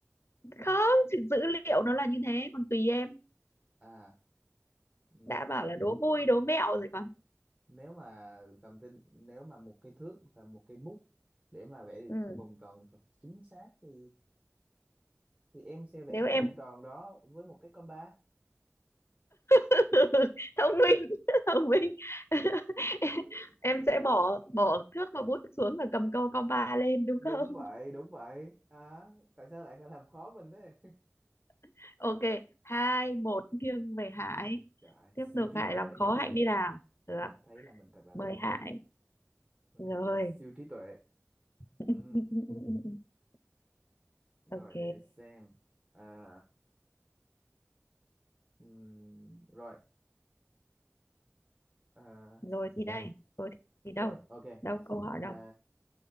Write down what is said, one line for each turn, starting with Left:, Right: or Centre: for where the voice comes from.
Left: không sự dữ liệu nó là như thế còn tùy em
Right: à ừ.
Left: đã bảo là đố vui đố mẹo rồi còn
Right: nếu mà cầm trên nếu mà một cái thước và một cái bút để mà vẽ được
Left: ừ.
Right: vòng tròn thật chính xác thì thì em sẽ vẽ
Left: nếu
Right: cái
Left: em
Right: vòng tròn đó với một cái compa
Left: <laughs> thông minh <laughs> thông minh <laughs>
Right: <laughs>
Left: em em sẽ bỏ bỏ thước và bút xuống và cầm câu compa lên đúng không
Right: đúng vậy đúng vậy à, tại sao lại làm khó mình thế
Left: <laughs> ok hai một nghiêng về Hải
Right: Ừm, trời
Left: tiếp
Right: siêu
Left: tục
Right: trí
Left: Hải
Right: tuệ
Left: làm khó Hạnh đi nào được
Right: cảm thấy là mình thật là
Left: mời
Right: thông minh
Left: Hải
Right: mình
Left: rồi
Right: thật là siêu trí tuệ
Left: <laughs>
Right: Ừm, rồi
Left: ok
Right: để xem à, ừm, rồi à,
Left: rồi thì đây vâng rồi thì đâu
Right: rồi ok
Left: đâu câu hỏi
Right: à,
Left: đâu